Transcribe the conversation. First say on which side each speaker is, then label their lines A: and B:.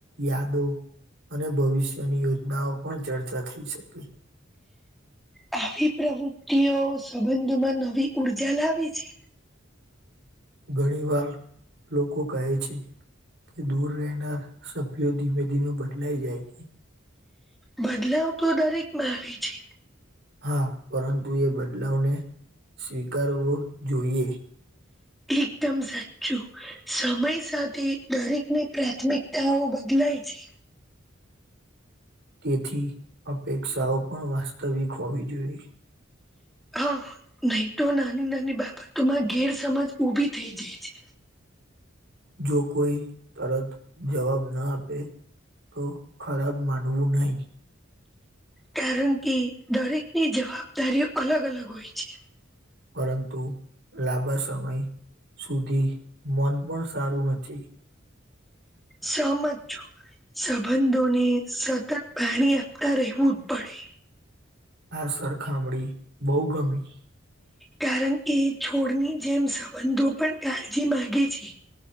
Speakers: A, on the right; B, in the centre.
A: યાદો અને ભવિષ્યની યોજનાઓ પણ ચર્ચા થઈ શકે.
B: હ આવી પ્રવૃતિઓ સંબંધમાં નવી ઉર્જા લાવે છે.
A: ઘણી વાર લોકો કહે છે. કે દૂર રહેનાર સભ્યો ધીમે ધીમે બદલાઈ જાય છે.
B: બદલાવ તો દરેકમાં આવે છે.
A: હા પરંતુ એ બદલાવને સ્વીકારવો જોઈએ.
B: એકદમ. <unintelligible>
A: તેથી અપેક્ષાઓ પણ વાસ્તવિક હોવી જોઈએ.
B: હા નહી તો નાની નાની બાબતોમાં ગેરસમજ ઉભી થઈ જાય છે.
A: જો કોઈ તરત જવાબ ન આપે. તો ખરાબ માનવું નહીં.
B: કારણ કે દરેકની જવાબદારીઓ અલગ અલગ હોય છે.
A: પરંતુ લાબા સમય સુધી મન. પણ સારું નથી.
B: સહમત છું. સંબંધોને સતત પાણી આપતા રહેવું જ પડે.
A: આ સરખામણી બહુ ગમી.
B: કારણ કે છોડની જેમ સંબંધો પણ કાળજી માંગે છે.